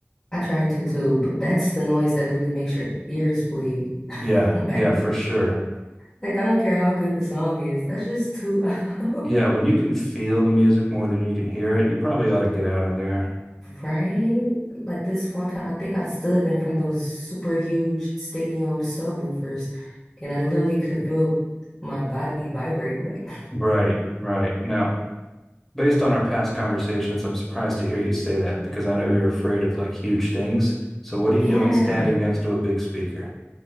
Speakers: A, on the left; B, in the centre.
A: I tried to too, but that's the noise that literally makes your ears bleed. <laughs>
B: Yeah,
A: Like,
B: yeah, for sure.
A: like I don't care how good the song is, that's just too loud.
B: Yeah,
A: <laughs>
B: when you can feel the music more than you can hear it, you probably ought to get out of there.
A: Right? Like this one time, I think I stood in front of those super huge stadium subwoofers and I literally could feel my body vibrate. Like, <laughs>
B: Right, right. Now, based on our past conversations, I'm surprised to hear you say that because I know you're afraid of like huge things. So, what are
A: yeah,
B: you doing standing next to a big speaker?